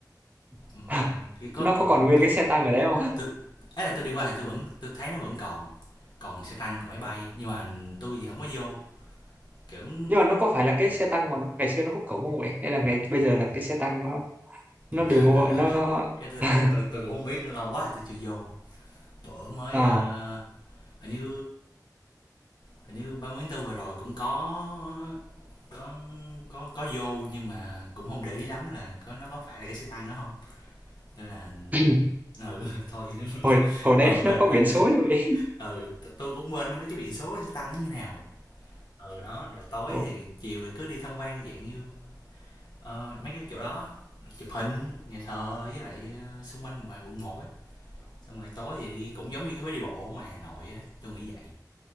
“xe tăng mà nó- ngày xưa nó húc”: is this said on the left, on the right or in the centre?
Right